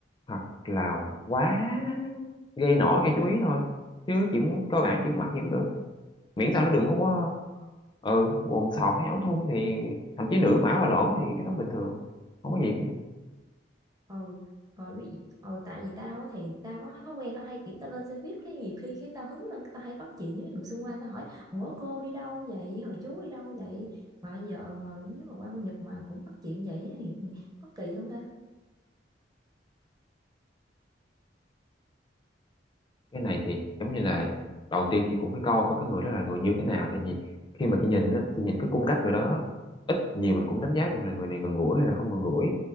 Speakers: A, on the left (about 25°); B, on the right (about 20°).
A: hoặc là quá gây nổi gây chú ý thôi chứ chỉ muốn cơ bản chỉ muốn mặc gì cũng được miễn sao nó đừng có quá ừ quần sọt hay áo thun thì thậm chí nửa mã và lỗ thì cái đó bình thường không có gì hết.
B: ừ rồi vì ừ, tại vì tao á thì tao có cái thói quen tao hay kiểu tao lên xe buýt cái nhiều khi cái tao hứng lên cái tao hay bắt chuyện với mấy người xung quanh tao hỏi ủa cô đi đâu vậy hồi chú đi đâu vậy mà giờ mà nếu mà qua bên Nhật mà cũng bắt chuyện vậy thì có kỳ không ta
A: cái này thì giống như là đầu tiên chị cũng phải coi coi cái người đó là người như thế nào tại vì khi mà chị nhìn á chị nhìn cái cung cách người đó á, ít nhiều mình cũng đánh giá được là người này gần gũi hay là không gần gũi